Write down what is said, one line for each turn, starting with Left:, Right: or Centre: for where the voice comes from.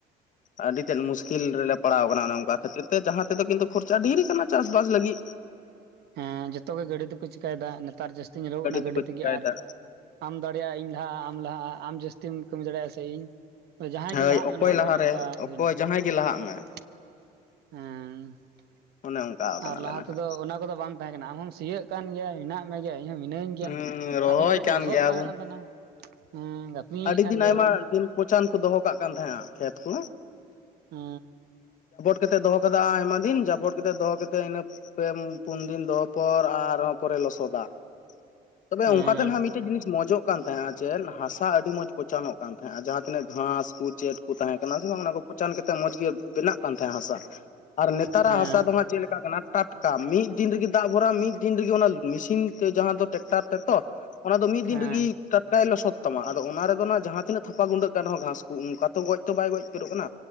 Left: ᱟᱹᱰᱤ ᱛᱮᱫ ᱢᱩᱥᱠᱤᱞ ᱨᱮᱞᱮ ᱯᱟᱲᱟᱣ ᱟᱠᱟᱱᱟ ᱚᱱᱮ ᱚᱱᱠᱟ ᱾ ᱠᱷᱟᱹᱛᱤᱨ ᱛᱮ ᱡᱟᱦᱟᱸ ᱛᱮᱫᱚ ᱠᱤᱱᱛᱩ ᱠᱷᱚᱨᱪᱟ ᱰᱷᱮᱨ ᱟᱠᱟᱱᱟ ᱪᱟᱥᱵᱟᱥ ᱞᱟᱹᱜᱤᱫ ᱾
Right: ᱦᱮᱸ ᱡᱚᱛᱚ ᱜᱮ ᱜᱟᱹᱰᱤ ᱛᱮᱠᱚ ᱪᱮᱠᱟᱭ ᱫᱟ ᱱᱮᱛᱟᱨ ᱡᱟᱹᱥᱛᱤ ᱧᱮᱞᱚᱜᱚᱜ ᱠᱟᱱᱟ
Left: ᱛᱮᱠᱚ
Right: ᱜᱟᱹᱰᱤ
Left: ᱪᱤᱠᱟᱹᱭᱮᱫᱟ
Right: ᱛᱤᱜᱤ ᱟᱨ ᱟᱢ ᱫᱟᱲᱮᱭᱟᱜᱼᱟ ᱤᱧ ᱞᱟᱦᱟᱜᱼᱟ ᱟᱢ ᱞᱟᱦᱟᱜᱼᱟ ᱟᱢ ᱡᱟᱹᱥᱛᱤᱢ ᱠᱟᱹᱢᱤ ᱫᱟᱲᱮᱭᱟᱜᱼᱟ ᱥᱮ ᱤᱧ ᱡᱟᱦᱟᱸᱭ
Left: ᱦᱳᱭ
Right: ᱜᱮ ᱞᱟᱦᱟᱜ ᱢᱮ
Left: ᱚᱠᱚᱭ
Right: ᱱᱚᱣᱟ ᱫᱚ
Left: ᱞᱟᱦᱟᱨᱮ
Right: ᱚᱱᱮ ᱚᱱᱠᱟ
Left: ᱚᱠᱚᱭ
Right: ᱦᱩᱭᱱᱟ ᱾
Left: ᱡᱟᱦᱟᱸᱭ ᱜᱮ ᱞᱟᱦᱟᱜ ᱢᱮ
Right: <unintelligible>
Left: ᱚᱱᱮ ᱚᱱᱠᱟ ᱠᱟᱱᱟᱞᱮ
Right: ᱟᱨ ᱞᱟᱦᱟ
Left: ᱱᱟᱦᱟᱜ
Right: ᱛᱮᱫᱚ ᱚᱱᱟ ᱠᱚᱫᱚ ᱵᱟᱝ ᱛᱟᱦᱮᱸ ᱠᱟᱱᱟ ᱟᱢ ᱦᱚᱸᱢ ᱥᱤᱸᱭᱳᱜ ᱠᱟᱱ ᱜᱮᱭᱟ ᱢᱮᱱᱟᱜ ᱢᱮ ᱜᱮᱭᱟ᱾ ᱤᱧ ᱦᱚᱸ ᱢᱤᱹᱧ ᱜᱮᱭᱟ
Left: ᱦᱩᱸ ᱨᱚᱦᱚᱭ
Right: ᱟᱫᱚᱢ ᱠᱚᱫᱚ ᱠᱚ
Left: ᱠᱟᱱ
Right: ᱞᱚᱥᱚᱫ
Left: ᱜᱮᱭᱟᱵᱚᱱ
Right: ᱵᱟᱲᱟ ᱠᱟᱜ ᱠᱟᱱ ᱛᱟᱦᱮᱱᱟ᱾ ᱦᱮᱸ ᱜᱟᱹᱯᱷᱱᱤᱭᱮᱫ
Left: ᱟᱹᱰᱤ
Right: ᱠᱟᱱ
Left: ᱫᱤᱱ
Right: ᱜᱮᱭᱟᱵᱚᱱ
Left: ᱟᱭᱢᱟ ᱫᱤᱱ ᱯᱚᱪᱟᱱ ᱠᱚ ᱫᱚᱦᱚ ᱠᱟᱜ ᱠᱟᱱ ᱛᱟᱦᱮᱸᱜᱼᱟ᱾ ᱠᱷᱮᱛ ᱠᱚ
Right: ᱦᱩ
Left: ᱠᱟᱛᱮ ᱫᱚᱦᱚ ᱠᱟᱫᱟᱭ ᱟᱭᱢᱟ ᱫᱤᱱ ᱡᱟᱵᱚᱴ ᱠᱟᱛᱮ ᱫᱚᱦᱚ ᱠᱟᱛᱮ ᱤᱱᱟᱹ ᱯᱮ ᱯᱩᱱ ᱫᱤᱱ ᱫᱚᱦᱚ ᱯᱚᱨ ᱟᱨᱦᱚᱸ ᱯᱚᱨᱮ ᱞᱚᱥᱚᱫᱟ ᱛᱚᱵᱮ
Right: ᱦᱮᱸ
Left: ᱚᱱᱠᱟᱛᱮ ᱱᱟᱦᱟᱜ ᱢᱤᱫᱴᱮᱡ ᱡᱤᱱᱤᱥ ᱢᱚᱸᱡᱚᱜ ᱠᱟᱱ ᱛᱟᱦᱮᱸᱜᱼᱟ᱾ ᱪᱮᱫ ᱦᱟᱥᱟ ᱟᱹᱰᱤ ᱢᱚᱸᱡᱽ ᱯᱚᱪᱟᱱᱚᱜ ᱠᱟᱱ ᱛᱟᱦᱮᱸᱜᱼᱟ ᱟᱨ ᱡᱟᱦᱟᱸ ᱛᱤᱱᱟᱹᱜ ᱜᱷᱟᱸᱥ ᱠᱚ ᱪᱮᱫ ᱠᱚ ᱛᱟᱦᱮᱸ ᱠᱟᱱᱟ᱾ ᱚᱱᱟᱠᱚ ᱯᱚᱪᱟᱱ ᱠᱟᱛᱮᱫ ᱢᱚᱸᱡᱽ ᱜᱤ ᱵᱮᱱᱟᱜ ᱠᱟᱱ ᱛᱟᱦᱮᱸᱜᱼᱟ᱾ ᱦᱟᱥᱟ ᱟᱨ ᱱᱮᱛᱟᱨᱟᱜ
Right: ᱦᱮᱸ
Left: ᱦᱟᱥᱟ ᱫᱚ ᱦᱟᱸᱜ ᱪᱮᱫ ᱞᱮᱠᱟᱜ ᱠᱟᱱᱟ᱾ ᱴᱟᱴᱠᱟ ᱢᱤᱫ ᱫᱤᱱ ᱨᱮᱜᱤ ᱫᱟᱜ ᱵᱷᱚᱨᱟᱣ ᱢᱤᱫ ᱫᱤᱱ ᱨᱮᱜᱤ ᱚᱱᱟ ᱢᱤᱥᱤᱱ ᱛᱮ ᱡᱟᱦᱟᱸ ᱫᱚ ᱴᱮᱠᱴᱟᱨ ᱛᱮᱛᱚ ᱚᱱᱟ ᱫᱚ ᱢᱤᱫ ᱫᱤᱱ
Right: ᱦᱮᱸ
Left: ᱨᱤᱜᱤ ᱴᱟᱴᱠᱟᱭ ᱞᱚᱥᱚᱫ ᱛᱟᱢᱟ ᱟᱫᱚ ᱚᱱᱟ ᱨᱮᱫᱚ ᱱᱟᱜ ᱡᱟᱦᱟᱸ ᱛᱤᱱᱟᱹᱜ ᱛᱷᱟᱯᱟ ᱜᱩᱰᱟᱹᱜ ᱠᱟᱱ ᱨᱮᱦᱚᱸ ᱜᱷᱟᱥ ᱠᱚ ᱚᱱᱠᱟ ᱛᱚ ᱜᱚᱡ ᱛᱚ ᱵᱟᱭ ᱜᱚᱡ ᱩᱛᱟᱹᱨᱚᱜ ᱠᱟᱱᱟ᱾